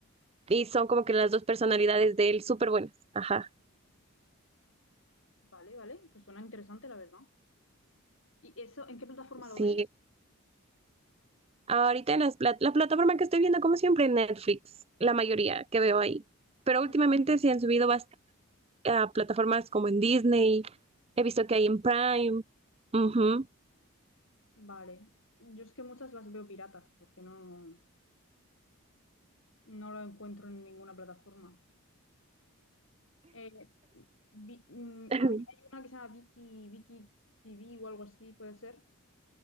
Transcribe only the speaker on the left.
Vale, vale, pues suena interesante la verdad. ¿Y eso en qué plataforma
lo ves?
Ujú.
Vale. Yo es que muchas las veo piratas porque no, no lo encuentro en ninguna plataforma. Eh, vi- mm,
había- hay una que se llama Vicky, Vicky TV o algo así, puede ser,